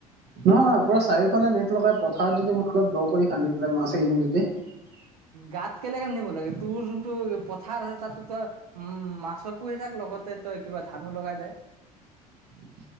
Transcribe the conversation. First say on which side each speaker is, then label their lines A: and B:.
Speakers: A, on the right; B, on the right.
A: নহয় নহয় পুৰা চাৰিওফালে নেট লগাই পথাৰত যদি মই অলপ দ কৰি খান্দি <unintelligible>
B: গাত কেলেকে নিব লাগে তোৰ যোনটো পথাৰ আছে তাতো তই উ মাছে পুহি থাক তাৰ লগতে তই কিবা ধানো লগাই দে
A: <unintelligible>